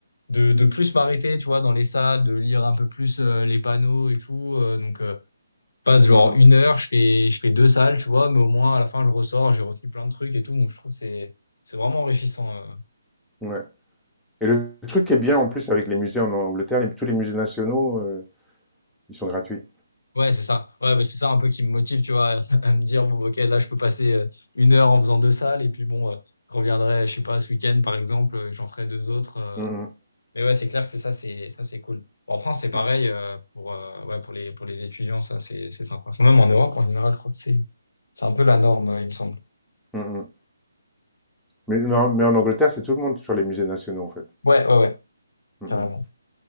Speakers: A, on the left; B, in the centre.
A: de, de plus m'arrêter, tu vois, dans les salles, de lire un peu plus euh, les panneaux et tout. Euh, donc, euh, je passe genre
B: Mmh mmh,
A: une heure, je fais, je fais deux salles, tu vois, mais au moins, à la fin, je ressors, j'ai retenu plein de trucs et tout. Donc, je trouve que c'est, c'est vraiment enrichissant. euh.
B: mmh, Ouais, et le truc qui est bien en plus avec les musées en Angleterre, les tous les musées nationaux, heu, ils sont gratuits.
A: Ouais, c'est ça. Ouais, bah, c'est ça un peu qui me motive, tu vois, <laughs> à me dire, bon, ok, là, je peux passer euh, une heure en faisant deux salles et puis bon, euh, je reviendrai, je sais pas, ce week-end, par exemple, et j'en ferai deux autres. euh,
B: Mmh mh.
A: Mais ouais, c'est clair que ça, c'est ça, c'est cool. En France, c'est pareil
B: Mmh.
A: euh, pour, euh, ouais, pour les, pour les étudiants, ça, c'est c'est sympa. Enfin, Même en Europe, en général, je crois que c'est c'est un peu la norme, euh, il me semble.
B: Mmh mmh. Mais mais en mais en Angleterre, c'est tout le monde sur les musées nationaux, en fait.
A: Ouais, ouais, ouais,
B: Mmh
A: carrément.
B: mmh.